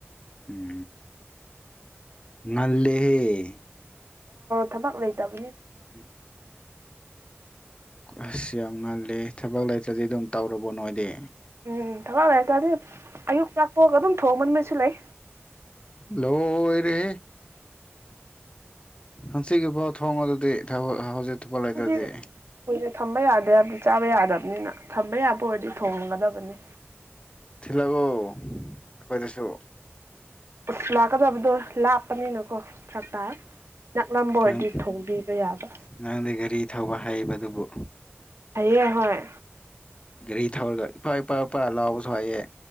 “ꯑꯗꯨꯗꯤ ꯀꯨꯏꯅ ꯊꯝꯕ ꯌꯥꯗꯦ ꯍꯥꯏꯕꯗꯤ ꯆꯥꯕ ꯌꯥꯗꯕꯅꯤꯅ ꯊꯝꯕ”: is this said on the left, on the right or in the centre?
Right